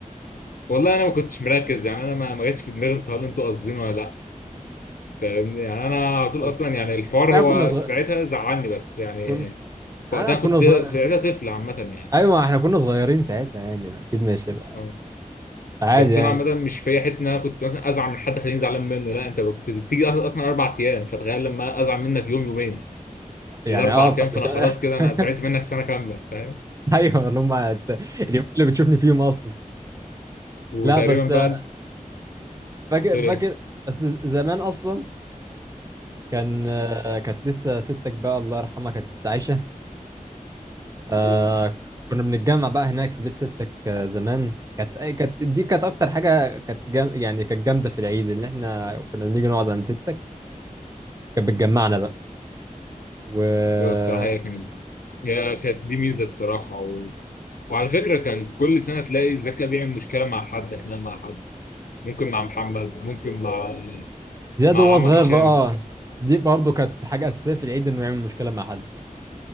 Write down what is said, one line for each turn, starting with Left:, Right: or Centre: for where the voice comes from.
Left: والله انا ما كنتش مركز يعني انا ما ما جاتش في دماغي انتوا هل انتوا قاصدين ولا لا فاهمني يعني انا على طول
Right: بس
Left: اصلا يعني الحوار
Right: احنا
Left: هو
Right: كنا صغير
Left: في ساعتها زعلني بس يعني
Right: كنا
Left: في
Right: انا
Left: وقتها
Right: كنا
Left: كنت
Right: صغير
Left: في ساعتها طفل عامه يعني
Right: ايوه احنا كنا صغيرين ساعتها يعني اكيد ماشي بقى
Left: اه
Right: عادي
Left: بس
Right: يعني
Left: انا عامه مش في حته ان انا كنت مثلا ازعل من حد خليني زعلان منه لا انت كنت بتيجي اصلا اربع ايام فتخيل لما ازعل منك يوم يومين
Right: يعني
Left: الاربع
Right: اه فمش
Left: ايام فانا خلاص كده انا
Right: <laughs>
Left: زعلت منك سنه كامله فاهم
Right: ايوه اللي هم الت- اليومين اللي بتشوفني فيهم اصلا
Left: وتقريبا
Right: لا بس
Left: بقى
Right: آه، فاكر
Left: كنت بتقول
Right: فاكر
Left: ايه
Right: بس ز- زمان اصلا كان آه، كانت لسه ستك بقى الله يرحمها كانت لسه عايشه آه
Left: اه
Right: كنا بنتجمع بقى هناك في بيت ستك آه زمان كانت أي- كانت دي كانت اكتر حاجه كانت جام يعني كانت جامده في العيد اللي احنا كنا بنيجي نقعد عند ستك كانت بتجمعنا بقى وزياد
Left: هو الصراحة هي كانت هي كانت دي ميزة الصراحة و... وعلى فكرة كان كل سنة تلاقي زكا بيعمل مشكلة مع حد خناقة مع حد ممكن مع محمد ممكن مع مع
Right: وهو
Left: عمك
Right: صغير
Left: هشام
Right: بقى دي برضه كانت حاجه اساسيه في العيد انه يعمل مشكله مع حد